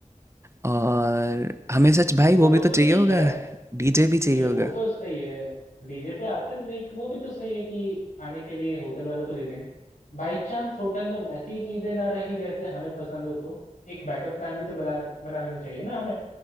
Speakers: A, on the right; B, on the left.
A: और हमें सच भाई
B: वो
A: वो भी तो
B: तो
A: चाहिए
B: ठीक
A: होगा
B: है
A: डीजे भी चाहिए
B: नहीं
A: होगा
B: वो तो सही है डीजे पे आते लाइक वो भी तो सही है कि खाने के लिए होटल वालों को दे देंगे बाई चांस होटल में वैसी चीजें ना रही जैसे हमें पसंद हो तो एक बैकअप प्लान भी तो बना बना लेना चाहिए ना हमें